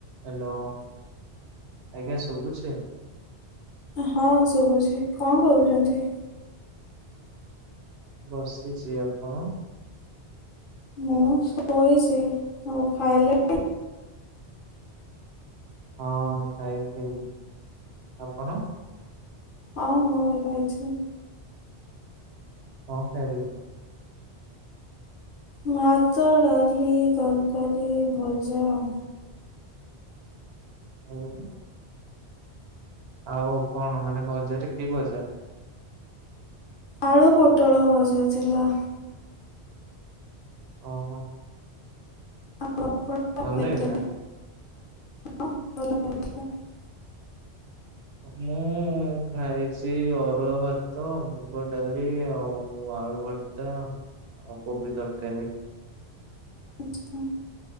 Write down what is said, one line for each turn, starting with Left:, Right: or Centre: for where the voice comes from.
Right: Hello ଆଜ୍ଞା ଶୁଭୁଛି?
Left: ହଁ ଶୁଭୁଛି କଣ କରୁଛନ୍ତି?
Right: ବସିଛି ଆପଣ?
Left: ମୁଁ ଶୋଇଛି ହଉ ଖାଇଲେ?
Right: ହଁ ଖାଇଥିଲି ଆପଣ?
Left: ହଁ ହଁ ବି ଖାଇଛି।
Right: କଣ ଖାଇଲେ?
Left: ଭାତ, ଡାଳି, ତରକାରୀ, ଭଜା ଆଉ।
Right: <unintelligible> ଆଉ କଣ ମାନେ ଭଜାରେ କି ଭଜା?
Left: ଆଳୁ ପୋଟଳ ଭଜା ଥିଲା।
Right: ଓହୋ।
Left: <inaudible>
Right: ଭଲ ଲାଗିଲା ମୁଁ ଖାଇଛି ଅରୁଆ ଭାତ, ମୁଗ ଡାଳି ଆଉ ଆଳୁ ଭର୍ ତ ଆଉ କୋବି ତରକାରୀ।
Left: ଆଚ୍ଛା